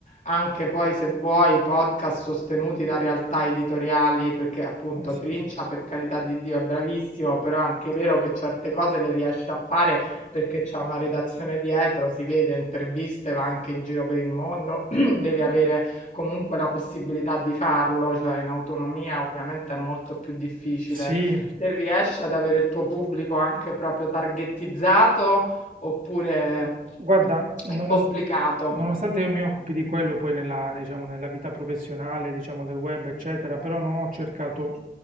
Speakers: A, on the left; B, on the right.
A: anche poi se vuoi podcast sostenuti da realtà editoriali, perché appunto
B: Eh sì,
A: Trincia per carità di Dio è bravissimo, però è anche vero che certe cose le riesce a fare perché c'è una redazione dietro, si vede interviste, va anche in giro per il mondo, <clears throat> devi avere comunque la possibilità di farlo, cioè in autonomia ovviamente è molto più difficile.
B: sì,
A: Te riesci ad avere il tuo pubblico anche proprio targettizzato oppure
B: Guarda, nonost-
A: è complicato?
B: nonostante io mi occupi di quello poi nella, diciamo, nella vita professionale, diciamo, del web, eccetera, però non ho cercato